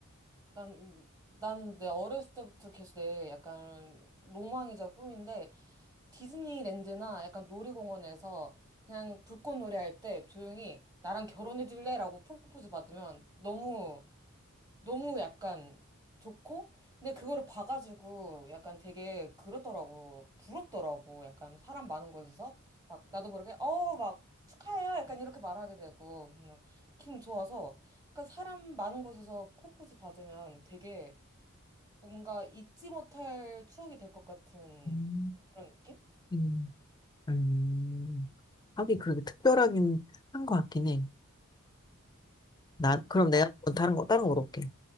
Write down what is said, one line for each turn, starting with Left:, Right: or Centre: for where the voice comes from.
Right: 난, 나는 내 어렸을 때부터 계속 내 약간 로망이자 꿈인데 디즈니랜드나 약간 놀이공원에서 그냥 불꽃놀이 할 때 조용히 나랑 결혼해 줄래? 라고 프로포즈 받으면 너무 너무 약간 좋고, 근데 그거를 봐가지고 약간 되게 그렇더라고. 부럽더라고. 약간 사람 많은 곳에서. 막 나도 모르게, 어, 막 축하해요. 약간 이렇게 말하게 되고. 음, 기분 좋아서. 약간 사람 많은 곳에서 프로포즈 받으면 되게 뭔가 잊지 못할 추억이 될 것 같은
Left: 음,
Right: 그런 느낌?
Left: 음. 음, 하긴 그렇게 특별하긴 한 것 같긴 해. 난, 그럼 내가
Right: 아,
Left: 한번 다른 거, 다른 거 물어볼게.